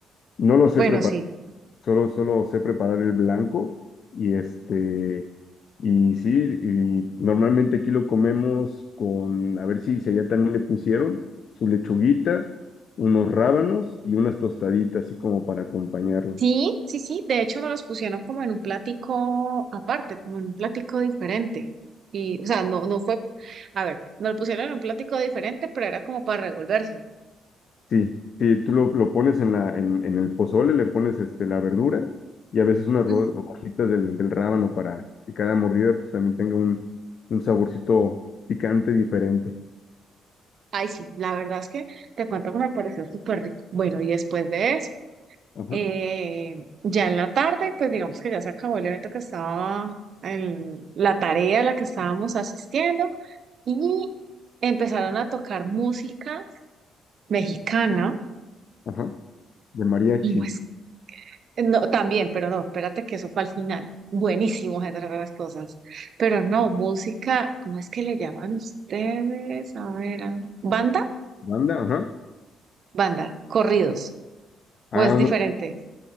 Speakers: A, on the left; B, on the right.
A: No lo sé
B: Bueno,
A: preparar.
B: sí,
A: Solo, solo sé preparar el blanco y este, y sí, y normalmente aquí lo comemos con, a ver si, si allá también le pusieron su lechuguita, unos rábanos y unas tostaditas, así como para acompañarlo.
B: sí, sí, sí, de hecho nos los pusieron como en un platico aparte, como en un platico diferente. Y, o sea, no, no fue, a ver, nos lo pusieron en un platico diferente, pero era como para revolvérselo.
A: Sí, sí, tú lo, lo pones en la, en, en el pozole, le pones este, la verdura y a veces unas ro-
B: Mm,
A: rodajitas del, del rábano para que cada mordida pues también tenga un, un saborcito picante diferente.
B: Ay, sí, la verdad es que te cuento que me pareció súper rico. Bueno, y después de eso.
A: Ajá,
B: Eh, ya en la tarde, pues digamos que ya se acabó el evento que estaba, el- la tarea a la que estábamos asistiendo y empezaron a tocar música mexicana
A: ajá, de mariachi.
B: y pues, no, también, pero no, espérate que eso fue al final. Buenísimo, entre otras cosas. Pero no, música, ¿cómo es que le llaman ustedes? A ver, a- ¿banda?
A: Banda, ajá.
B: Banda, corridos,
A: Ah,
B: ¿o es diferente?
A: no,